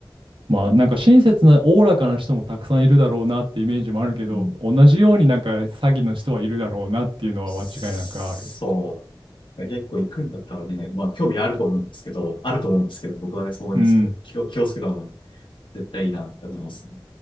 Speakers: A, on the right; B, on the left.
A: まあなんか親切なおおらかな人もたくさんいるだろうなってイメージもあるけど、
B: うん、
A: 同じようになんか詐欺の人はいるだろうなっていうのは間違いなくある。
B: そう。結構行くんだったらね、まあ興味あると思うんですけど、あると思うんですけど、僕はね、そう思いますけど、
A: うん。
B: 気を、気をつけた方が絶対いいなと思いますね。